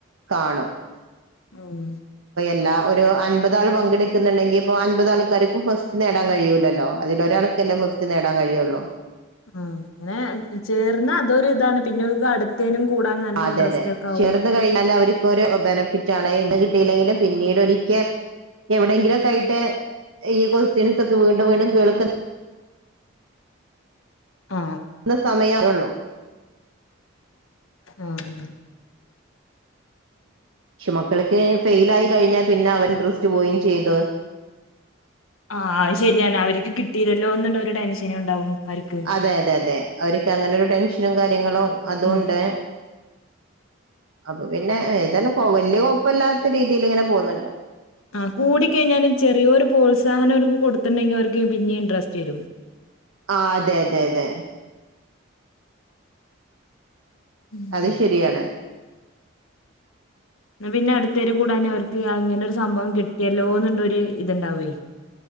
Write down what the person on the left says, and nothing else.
ഉം
ആ അങ്ങനെ ചേർന്ന അതൊരു ഇതാണ് പിന്നെ അടുത്തേനും കൂടാൻ നല്ല
ഇൻട്രസ്റ്റ്
ഒക്കെ ആവും
ആ
ആ ഉം
ആഹ് അത് ശരിയാണ് അവർക്ക് കിട്ടിയില്ലല്ലോ ഒന്നുണ്ടോ ഒരുട ടെൻഷനും ഉണ്ടാവും അവർക്ക്
ഉം
ആ കൂടിക്കഴിഞ്ഞാലും ചെറിയൊരു പ്രോത്സാഹനം ഒരു കൊടുത്ത്ണ്ടെങ്കി അവർക്ക് പിന്നെ ഇൻട്രസ്റ്റ് വരും
ഉം
എന്ന പിന്നെ അടുത്തേര് കൂടാനും അവർക്ക് അങ്ങനെ ഒരു സംഭവം കിട്ടിയല്ലോന്ന്ള്ള ഒരു ഇത്ണ്ടാവേ